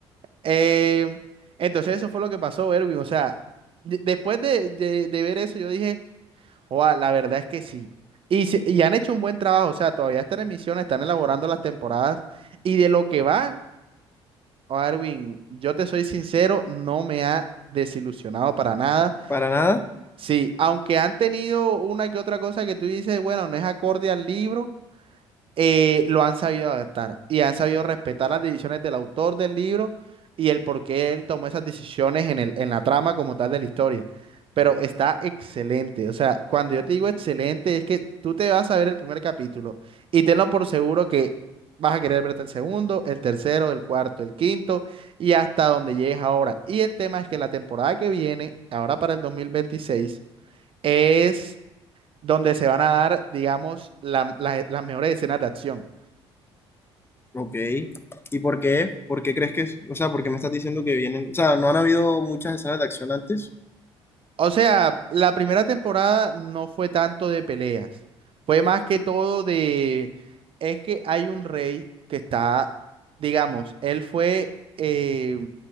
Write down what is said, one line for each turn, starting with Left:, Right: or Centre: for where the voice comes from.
Right: Eh, entonces eso fue lo que pasó, Erwin. O sea, de- después de, de de ver eso, yo dije... Oa, la verdad es que sí. Y, se- y han hecho un buen trabajo, o sea, todavía están en emisión, están elaborando las temporadas. Y de lo que va, Arwin, yo te soy sincero, no me ha desilusionado para nada.
Left: ¿Para nada?
Right: Sí, aunque han tenido una que otra cosa que tú dices, bueno, no es acorde al libro, eh, lo han sabido adaptar y han sabido respetar las decisiones del autor del libro y el por qué él tomó esas decisiones en el, en la trama como tal de la historia. Pero está excelente. O sea, cuando yo te digo excelente, es que tú te vas a ver el primer capítulo y tenlo por seguro que vas a querer verte el segundo, el tercero, el cuarto, el quinto y hasta donde llegues ahora. Y el tema es que la temporada que viene, ahora para el 2026, es donde se van a dar, digamos, la- la- las mejores escenas de acción.
Left: Ok. ¿Y por qué? ¿Por qué crees que es? O sea, ¿por qué me estás diciendo que vienen? O sea, ¿no han habido muchas escenas de acción antes?
Right: O sea, la primera temporada no fue tanto de peleas, fue más que todo de, es que hay un rey que está, digamos, él fue eh,